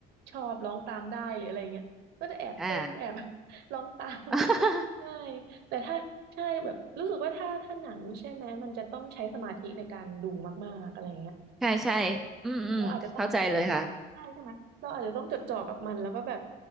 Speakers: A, on the right (about 65°); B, in the centre.
A: ชอบร้องตามได้หรืออะไรเงี้ยก็จะแอบเต้นแอบ
B: อ่า
A: <laughs> ร้องตาม
B: <laughs>
A: <laughs> ใช่แต่ถ้าใช่แบบรู้สึกว่าถ้าถ้าหนังใช่ไหมมันจะต้องใช้สมาธิในการดูมากๆอะไรเงี้ย
B: ใช่ใช่อืมอืมเข้าใจเลยค่ะ
A: เราอาจจะต้องจดจ่อใช่ใช่ไหมเราอาจจะต้องจดจ่อกับมันแล้วก็แบบ